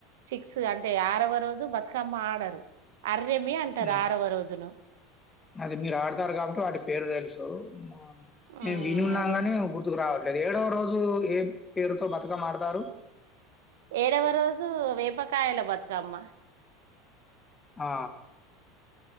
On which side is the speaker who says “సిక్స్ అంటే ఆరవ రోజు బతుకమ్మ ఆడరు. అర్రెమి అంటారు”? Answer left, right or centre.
Right